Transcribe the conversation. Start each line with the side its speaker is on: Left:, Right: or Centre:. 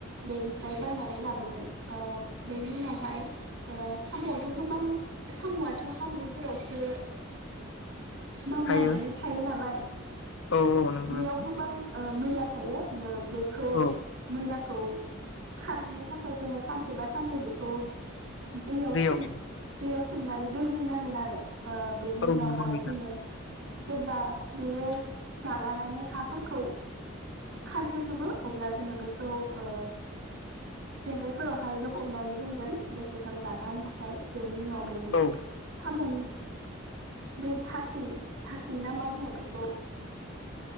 Right: बेनिफ्राय बायनानै लाबोगोन बेनि उनावहाय साम'आवथ' गोबां साम'आथ' हाब्रुफोरावसो मानलानानै
Left: हायो
Right: थायो नालाय
Left: औ औ नंगौ
Right: बेयाव
Left: नोंथां
Right: गोबां ओ मैला थायो ओ बेखौ
Left: औ
Right: मैलाखौ खारहोनो थाखाय जोङो सानसे बा साननै बेखौ दैयावसोम
Left: दैयाव
Right: दैयाव सोमनानै दोनग्रोनांगोन आरो ओ बेनि
Left: औ
Right: उनावहाय
Left: नंगौ नोंथां
Right: जोङो जेब्ला बेयो जागानानै हाफोरखौ खारहोजोबो अब्ला जोङो बेखौ ओ जेंगायफोरावहाय लखबनानै
Left: औ
Right: दोनगोन। <unintelligible> थाखाय बेनि उनाव बेनि
Left: औ
Right: साम'नि <unintelligible> <unintelligible> थाखिन ना मा बुङो बेखौ?